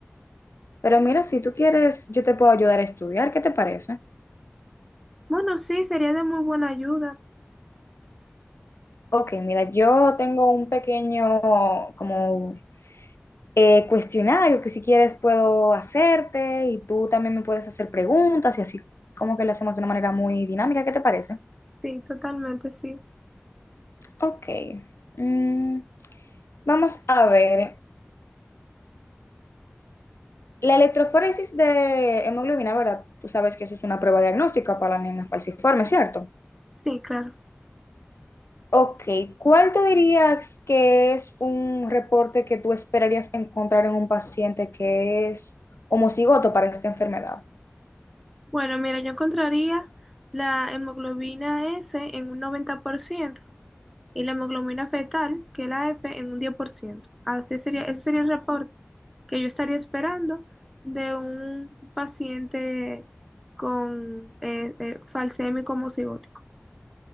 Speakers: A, on the left; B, in the centre.
A: Pero mira, si tú quieres, yo te puedo ayudar a estudiar, ¿qué te parece?
B: Bueno, sí, sería de muy buena ayuda.
A: Ok, mira, yo tengo un pequeño como eh, cuestionario que si quieres puedo hacerte y tú también me puedes hacer preguntas y así como que lo hacemos de una manera muy dinámica, ¿qué te parece?
B: Sí, totalmente, sí.
A: Ok, mm, vamos a ver. La electroforesis de hemoglobina, ¿verdad? Tú sabes que eso es una prueba diagnóstica para la anemia falciforme, ¿cierto?
B: Sí, claro.
A: Ok, ¿cuál tú dirías que es un reporte que tú esperarías encontrar en un paciente que es homocigoto para esta enfermedad?
B: Bueno, mira, yo encontraría la hemoglobina S en un 90%. y la hemoglobina fetal, que es la F, en un diez por ciento Así sería, ese sería el reporte que yo estaría esperando de un paciente con eh, eh, falsémico homocigótico.